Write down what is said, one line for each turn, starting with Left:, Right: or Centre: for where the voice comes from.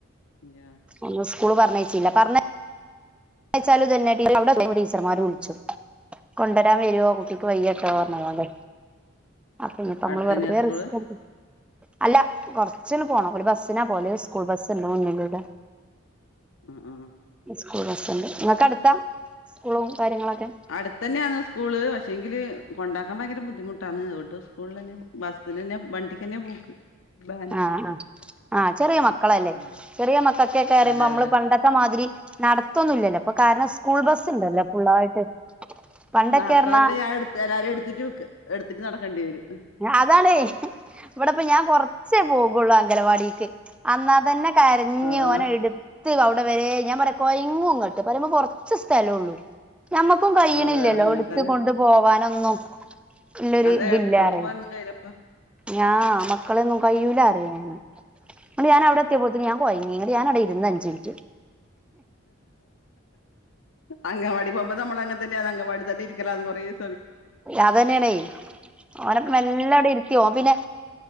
Left: ഞാ
Centre: ഒന്ന് സ്കൂള് പറഞ്ഞയച്ചില്ല പറഞ്ഞ യച്ചാലും ഇതന്നെ ടീച്ചർമാര് വിളിച്ചും കൊണ്ടരാൻ വരോ കു ട്ടിക്ക് വയ്യാട്ടോ
Left: അതെയ
Centre: പറഞ്ഞ്കൊണ്ട് അ ഇനീപ്പോ നമ്മള്
Left: അടുത്തന്നെയാ
Centre: വെറുതെ
Left: സ്കൂള്
Centre: റിസ്‌ക് എടുത്ത് അല്ല കൊറച്ചങ്ങട് പോണം ഒരു ബസ് ബസിനാ പോവല് സ്കൂൾ ബസ് ഉണ്ട് മുന്നിലൂടെ
Left: മ് ആഹ് ആഹ്
Centre: സ്കൂൾ ബസുണ്ട് നിങ്ങക്ക് അടുത്താ സ്കൂളും കാര്യങ്ങളൊക്കെ
Left: അടുത്തന്നെയാണ് സ്കൂള് പഷെ ങ്കില് കൊണ്ടാക്കാൻ ഭയങ്കര ബുദ്ധിമുട്ടാണ് അതോണ്ട് സ്കൂളിൽ തന്നെ ബസില് തന്നെ വണ്ടിക്ക് തന്നെയാ പോക്ക് വാന്
Centre: ആഹ് ആഹ് ആഹ് ചെറിയ മക്കളല്ലേ
Left: ഉം
Centre: ചെറിയ മക്കക്കൊക്കെറിമ്പോ
Left: അതെ
Centre: നമ്മള്
Left: അതെ
Centre: പണ്ടത്തെ മാതിരി നടത്തൊന്നുംല്ലല്ലോ പ്പോ അപ്പൊ കാരണം സ്കൂൾ ബസ്സ് ഇണ്ടല്ലോ ഫുള്ളായിട്ട് പണ്ടൊക്കെ
Left: നടത്ത
Centre: പറഞ്ഞാ
Left: ഞാൻ എടുത്ത് എല്ലാരും എടുത്തിട്ട് എടുത്തിട്ട് നടക്കേണ്ടി വരും
Centre: അതാണ് ഇവിടിപ്പോ ഞാൻ കൊറച്ചേ പോകുള്ളൂ അംഗനവാടിക്ക് അന്നാതന്നെ കരഞ്ഞ്
Left: ആഹ്
Centre: ഓനെ എടു ത്ത് അവിടെ വരെ ഞാൻ പറയും കൊയങ്ങു അങ്ങോട്ട് പറയുമ്പോ കുറച്ച് സ്ഥലം ഉള്ളൂ ഞമ്മക്കും കഴിയണില്ലല്ലോ
Left: അതെ അങ്ങനെ
Centre: എടുത്തു
Left: തന്നെ
Centre: കൊണ്ട് പോവാനൊന്നും ഉള്ളൊരു
Left: അതെ
Centre: ഇതില്ലാ
Left: എടുത്തോണ്ട്
Centre: റയും
Left: പോവാനൊന്നും കയ്യിലപ്പ
Centre: ഞാ മക്കളെൊന്നും കഴിയൂല അറിയന്ന് എന്നിട്ട് ഞാൻ അവിടെ എത്തിയപ്പോളേക്കും ഞാൻ കൊയഞ്ഞു ഞാന് അവിടെ ഇരുന്ന് അഞ്ച് മിനിറ്റ്
Left: അംഗനവാടി പോകുമ്പോ നമ്മൾ അങ്ങ തന്നെയ അംഗനവാടി തന്നെരിക്കലാന്ന് പറയും
Centre: അതന്നെയണെ ഓന മെല്ലെ അവിടെ ഇരുത്തി പോവും പിന്നെ